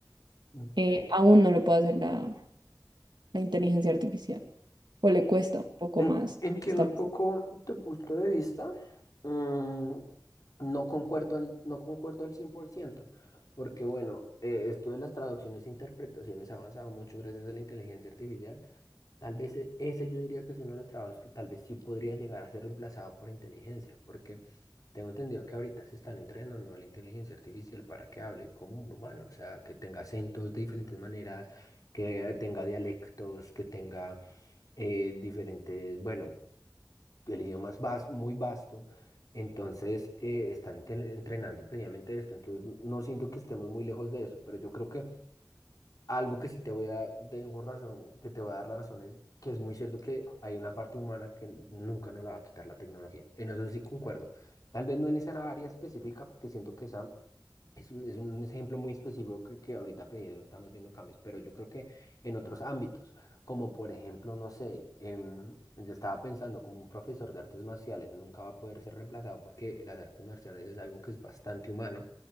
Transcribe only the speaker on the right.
eh, aún no lo puede hacer la, la inteligencia artificial, o le cuesta un poco
más.
Está...